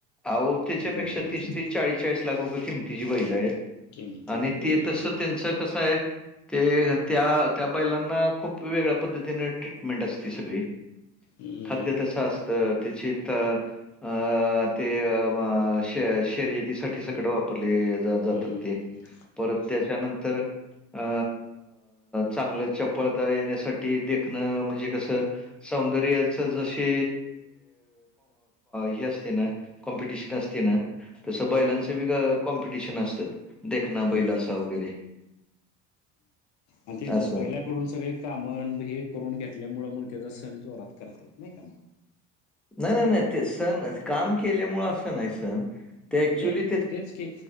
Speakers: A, in the centre; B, on the left.
A: अहो त्याच्यापेक्षा
B: बैलांचे
A: तीस,
B: त्याच्या
A: तीस, चाळीस, चाळीस लाख रुपये किमतीची बैल आहेत.
B: किमतीची
A: आणि
B: बैल
A: ते तसं त्यांचं कस आहे. ते त्या त्या बैलांना खूप वेगळ्या पद्धतीने ट्रीटमेंट असते सगळी
B: हम्म
A: खाद्य तस असतं त्याची अं ते श शर्यतीसाठी सकड वापरले जातात
B: आणि
A: ते परत त्याच्यानंतर अ चांगल चपळता येण्यासाठी देखण म्हणजे कस सौंदर्याच जशी हे असते ना कॉम्पिटिशन असते ना तसं बैलांच बी कॉम्पिटिशन असतात. देखना
B: हम्म
A: बैल असा वगैरे
B: आणि ते
A: असं.
B: बैयला कडून सगळे कामन हे करून घेतल्यामुळे मग त्याचा सण जोरात करतात नाही का मग?
A: नाही, नाही, नाही ते सण काम केल्यामुळे असं नाही सण
B: म्हणजे
A: ते ऍक्च्युली
B: तेच की